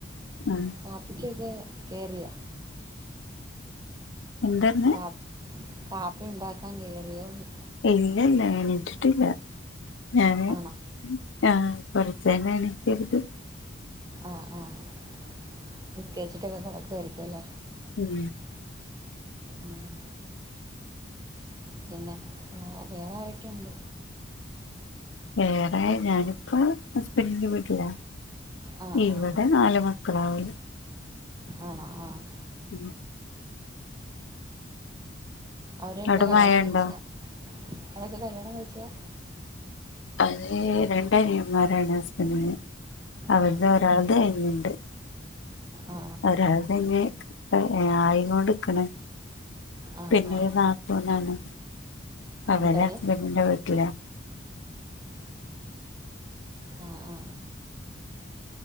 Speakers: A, on the left; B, on the right.
A: ഉം
B: കാപ്പിക്കൊക്കെ കയറിയ
A: എന്താ പറഞ്ഞെ
B: കാപ്പ കാപ്പി ഉണ്ടാക്കാൻ കയറിയോന്ന്
A: ഇല്ല ഇല്ല എണീറ്റിട്ടില്ല ഞാന്
B: ആണോ
A: ആഹ് കൊറച്ചുകഴിഞ്ഞു എനിക്കരുത്
B: ആഹ് ആഹ് <unintelligible> കിടക്കുവായിരിക്കല്ലേ
A: ഉം
B: ഉം പിന്നെ വേറെ ആരൊക്കെയുണ്ട്
A: വേറെ ഞാനിപ്പോ ഹസ്ബൻഡിൻ്റെ വീട്ടില
B: ആ
A: ഇവിടെ
B: ആ
A: നാലുമ <unintelligible>
B: ആണോ ആഹ്
A: ഉം
B: അവരൊക്കെ
A: അവിടെ
B: കല്യാണം
A: മഴ
B: കഴിച്ചാ
A: ഉണ്ടോ
B: അതൊക്കെ കല്യാണം കഴിച്ചയാ?
A: അത് രണ്ടനിയന്മാരാണ് ഹസ്ബന്റ്ന് അവരുടെ
B: ആ
A: ഒരാൾത് കഴിഞ്ഞ്ണ്ട്
B: ആ
A: ഒരാൾത് ഇഞ്ഞ് ആയികൊണ്ട്ക്ക്ണ്
B: ആ ആ
A: പിന്നൊരു
B: ആ
A: നാത്തൂനാണ് അവര്
B: എന്താണ്
A: ഹസ്ബന്റിൻ്റെ വീട്ടില
B: ആ ആ